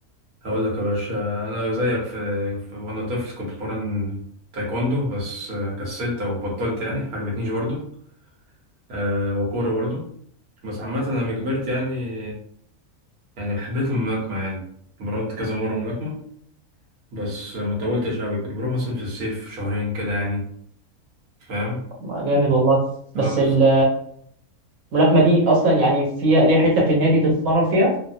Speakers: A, on the right (about 80°); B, on the right (about 65°).
A: هقول لك يا باشا انا زيك في, في وانا طفل كنت بتمرن تايكوندو بس آه، كسلت او بطلت يعني ما عجبتنيش برضو أه وكوره برضو بس عامة أنا لما كبرت يعني يعني حبيت الملاكمة يعني اتمرنت كذا مرة ملاكمة بس ما طولتش قوي كنت بروح مثلا في الصيف شهرين كده يعني فاهم
B: ما جامد والله بس
A: اه بس
B: ال- الملاكمة دي أصلا يعني فيها ليها حتة في النادي تتمرن فيها